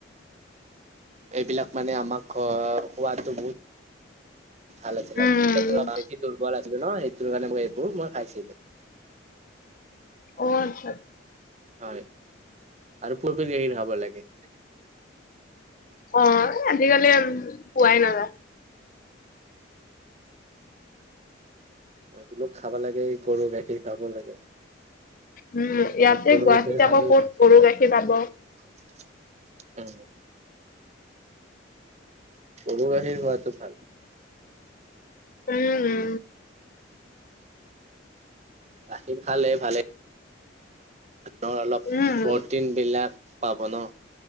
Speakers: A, on the right; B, on the left.
A: এইবিলাক মানে, আমাক সোৱাদটো বহুত। ভাল আছিলে,
B: উম,
A: মোৰ বেছি দুৰ্বল আছিলে ন, সেইটোৰ কাৰণে মই এইবোৰ, মই খাইছিলো।
B: অ, আচ্ছা।
A: হয় আৰু পৰিবেশহিন খাব লাগে।
B: অ, আজিকালি পোৱাই নাযায়।
A: বোলো খাব লাগে, গৰু গাখীৰ খাব লাগে।
B: উম, ইয়াতে
A: গৰু,
B: গুৱাহাটীত
A: গাখীৰ খালী
B: আকৌ ক'ত
A: বেছি
B: গৰু
A: ভাল।
B: গাখীৰ পাব।
A: উম, গৰু গাখীৰ খোৱাটো ভাল।
B: উম,
A: গাখীৰ খালে ভালে অলপ
B: উম,
A: প্ৰটিন বিলাক, পাব ন।